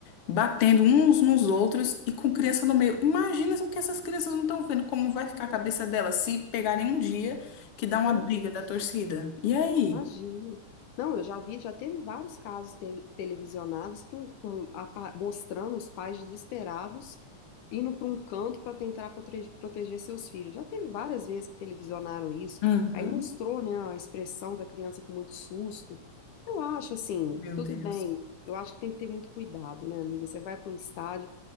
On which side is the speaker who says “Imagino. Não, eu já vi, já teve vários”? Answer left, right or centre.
Left